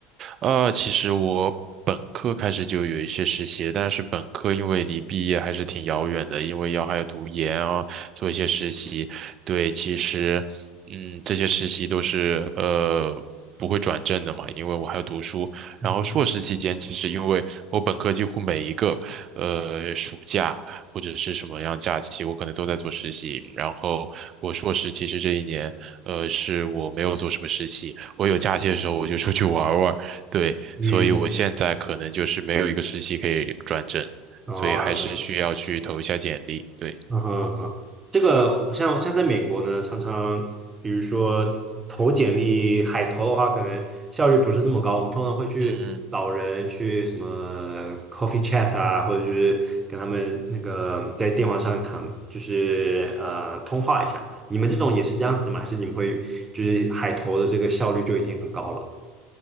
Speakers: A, on the right (about 45°); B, on the right (about 20°).
A: 呃，其实我本科开始就有一些实习，但是本科因为离毕业还是挺遥远的，因为要还要读研啊，做一些实习。对，其实，嗯，这些实习都是呃不会转正的嘛，因为我还要读书。
B: 嗯，
A: 然后硕士期间，其实因为我本科几乎每一个呃暑假或者是什么样假期，我可能都在做实习。然后我硕士其实这一年，呃，是我没有做什么实习。我有假期的时候我就出去玩儿玩儿，对，
B: 嗯，
A: 所以我现在可能就是没有一个实习可以转正，
B: 哦，
A: 所以还是需要去投一下简历。对，
B: 嗯哼嗯哼，这个像像在美国呢，常常比如说投简历海投的话，可能效率不是那么高。我们通常会去找人去什么
A: 嗯哼。
B: coffee chat 啊，或者就是跟他们那个在电话上谈，就是呃通话一下。你们这种也是这样子的吗？还是你们会就是海投的这个效率就已经很高了？